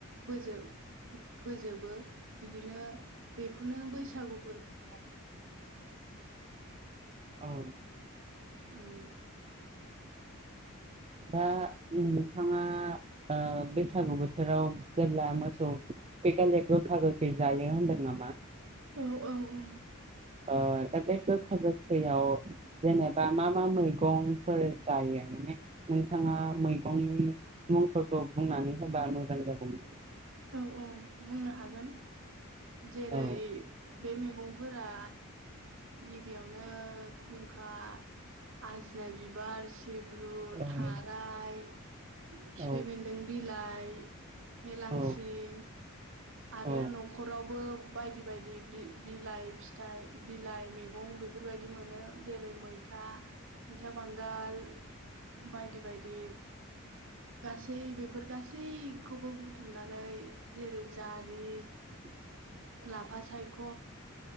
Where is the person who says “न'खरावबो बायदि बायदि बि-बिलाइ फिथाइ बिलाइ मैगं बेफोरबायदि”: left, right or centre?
Right